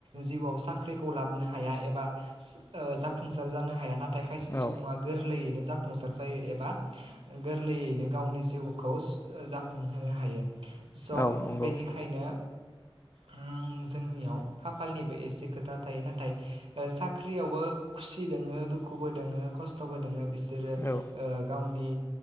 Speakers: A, on the right; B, on the left.
A: जिउआव साख्रिखौ लाबोनो हाया एबा ओ जाफुंसार जानो हाया ना थाय खायसे
B: औ
A: सुबुङा गोरलैयैनो जाफुंसार जायो एबा गोरलैयैनो गावनि जिउखौ जाफुंहोनो हायो। स'
B: औ नंगौ
A: बेनिखायनो उम जोंनियाव खाफालनिबो एसे खोथा थायो नाथाय साख्रियावबो खुसि दोङो दुखुबो दोङो खस्थ'बो दोङ बि सोरो
B: औ
A: ओ गावनि